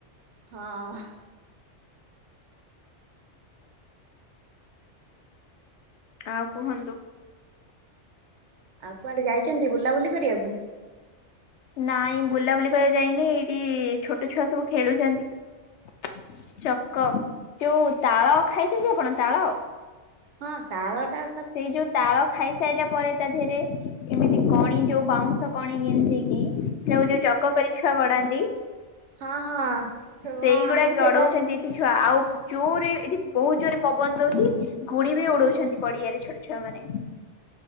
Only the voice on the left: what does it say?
ଆଉ କୁହନ୍ତୁ?
ନାଇଁ ବୁଲାବୁଲି କରିଆକୁ ଯାଇନି ଏଇଟି ଛୋଟ ଛୁଆ ସବୁ ଖେଳୁଚନ୍ତି। ଚକ ଯୋଉ ତାଳ ଖାଇଛନ୍ତି ଆପଣ ତାଳ?
ସେଇ ଯୋଉ ତାଳ ଖାଇସାଇଲା ପରେ ତା ଧେରେ ଏମିତି କଣି ଯୋଉ ବାଉଁଶ କଣି ଗେଞ୍ଜିକି ସେୟାକୁ ଯୋଉ ଚ କ କରି ଛୁଆ ଗଡ଼ାନ୍ତି
ସେଇଗୁଡା
ଗଡଉଛନ୍ତି
ଏଠି ଛୁଆ ଆଉ ଜୋରେ ଏଠି ବହୁତ ଜୋରେ ପବନ ଦଉଛି ଗୁଡି ବି ଉଡଉଛନ୍ତି ପଡିଆରେ। ଛୋଟ ଛୁଆ ମାନେ।